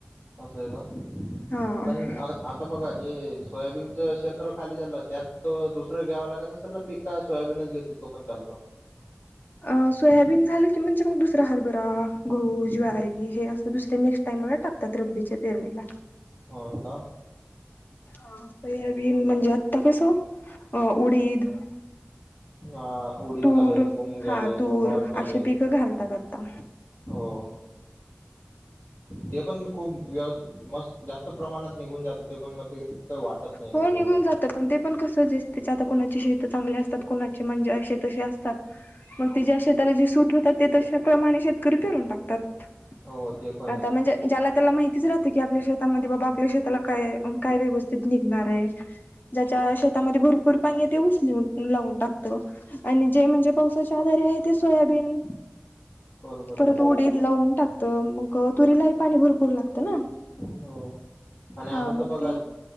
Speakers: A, on the left; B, on the left.
A: असं आहे का
B: हा
A: पण आ आता बघा जे सोयाबीनचं क्षेत्र खाली झालं त्यात त्यात दुसरं घ्याव लागत असेल ना पिक सोयाबीनच घेतली तो पण चालतो
B: अ सोयाबीन झालं की म्हणजे मग दुसरा हरभरा गहू ज्वारी हे असं दुसरे नेक्स्ट टाइमला टाकतात रब्बीच्या पेरणीला
A: हो का
B: हा सोयाबीन म्हणजे आता कसं अ उडीद <inaudible>
A: हा उडीद
B: तूर
A: झालेत मूग झाले
B: हा तूर
A: मठ झालेत
B: असे पिकं घालतात आता
A: हो ते पण खूप व्यस् मस् जास्त प्रमाणात निघून जात ते पण मग ते वाटत नाही
B: हो
A: मग एवढं
B: निघून जात पण ते पण कस दिसते आता कोणाची शेत चांगली असते त्यात कुणाची म्हणजे अशी तशी असतात मग जे ज्या शेताला सूट होतात ते तसे प्रमाणे शेतकरी फिरून टाकतात
A: हो ते पण
B: आता
A: आहे
B: म्हणजे ज्याला त्याला माहितीच राहतं की आपल्या शेतामध्ये बाबा आपल्या शेताला काय काय व्यवस्थित निघणार हाय ज्याच्या शेतामध्ये भरपूर भरपूर पाणी ते ऊस लावून टाकत आणि जे म्हणजे पावसाचे आधारे आहे ते सोयाबीन
A: बरोबर
B: परत
A: आहे
B: उडीद लावून टाकत मग तुरीला ही पाणी भरपूर लागत लागत ना
A: हो आणि
B: हा
A: आता तर
B: मग
A: बघा
B: ते